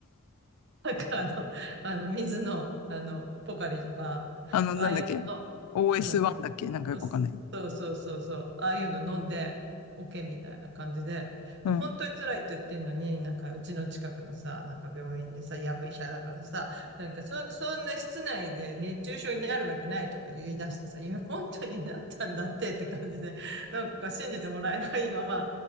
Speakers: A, on the right (about 50°); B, on the left (about 85°).
A: なんかあの、あの水の、あの、ポカリとか、
B: あの、
A: ああいう
B: なんだっけ ?OS1
A: の、うん
B: だっけなんかよくわかんない。
A: あすそうそうそうそう。ああいうの飲んで、オケみたいな感じで。
B: うん。
A: いや、本当に辛いって言ってんのに、なんかうちの近くのさ、なんか病院でさ、やぶ医者だからさ、なんかそ、そんな室内で熱中症になるわけないとか言い出してさ、いや、本当になったんだってって感じで、なんか信じてもらえないまま、